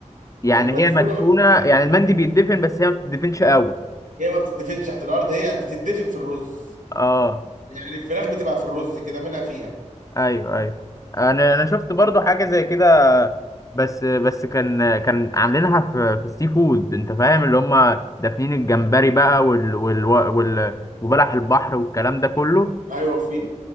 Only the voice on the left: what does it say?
يعني
هي مدفونة
يعني المندي بيتدفن بس هي ما بتدفنش قوي
اه
ايوه ايوه انا انا شفت برضو حاجه زي كده بس بس كان كان عاملينها في في السي فود انت فاهم اللي هم دافنين الجمبري بقى وال وال وال وبلح البحر والكلام ده كله